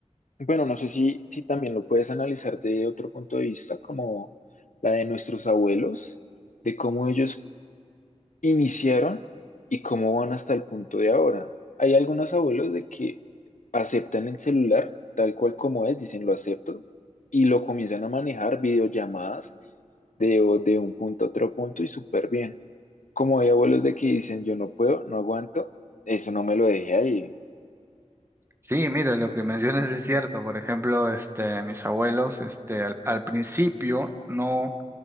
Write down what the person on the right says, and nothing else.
Sí, mira, lo que mencionas es cierto. Por ejemplo, este, mis abuelos, este, al, al principio no